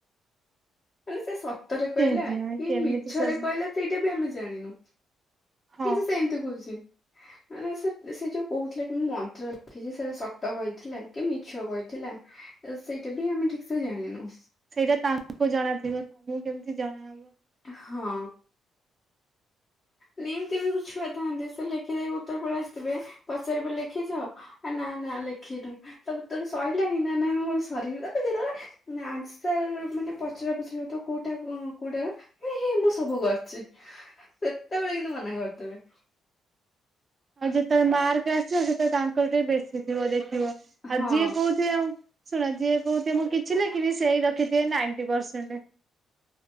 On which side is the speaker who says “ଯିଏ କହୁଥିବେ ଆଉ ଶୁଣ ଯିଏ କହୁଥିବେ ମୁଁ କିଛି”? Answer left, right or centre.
Right